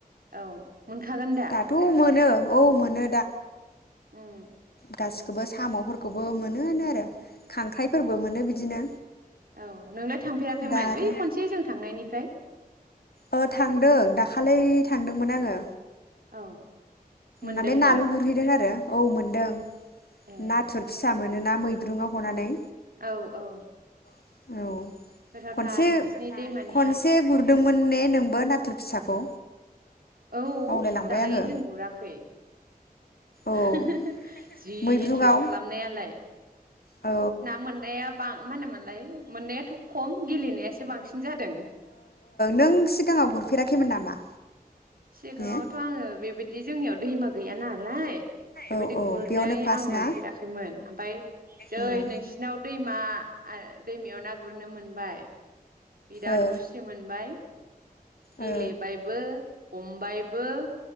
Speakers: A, on the right (about 70°); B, on the left (about 85°).
A: औ मोनखागोन दा
B: दाथ' मोनो औ मोनो
A: उम
B: गासि बो साम'फोरखौबो मोनोआनो आरो खांख्राइफोरबो मोनो बिदिनो
A: औ नोंला थांफेराखैमोन
B: दा आरो
A: बै खनसे जों थांनायनिफ्राय
B: ओ थांदों दाखाालै थांदोंमोन आंङो
A: औ मोनदोंमोन
B: माने नाल गुरहैदों आरो औ मोनदों
A: ए
B: नाथुर फिसा मोन मानोना मैद्रुङाव हनानै
A: औ औ
B: औ
A: गोथावथार
B: खनसे
A: नोंसिनि दैमानिया
B: खनसे गुरदोंमोन ने नोंबो नाथुर फिसाखौ
A: औ
B: बावलायलांबाय
A: दालाय
B: आङो
A: जों गुराखै
B: औ
A: हे-हे-हे जि
B: मैब्रुआव
A: इन्ट्रेस्ट खालामनायालाय
B: औ
A: ना मोननाया मा होनोमोनालाय मोननायाथ' खम गेलेनायासो बांसिन जादों।
B: नों सिगाङाव गुरफेराखैमोन नामा?
A: सिगाङावथ'
B: ने?
A: आङो बेबायदि बिदि जोंनियाव दैमा गैया नालाय बेबायदि
B: औ औ
A: गुरनै
B: बेयावनो फास
A: आं मोनफेराखैमोन
B: ना
A: ओमफ्राय जै
B: औ ओ
A: नोंसिनाव दैमा आरो दैमायाव ना गुरनो मोनबाय बिराद
B: ओ
A: खुसि मोनबाय द गेलेबायबो
B: ओ
A: खबाइबो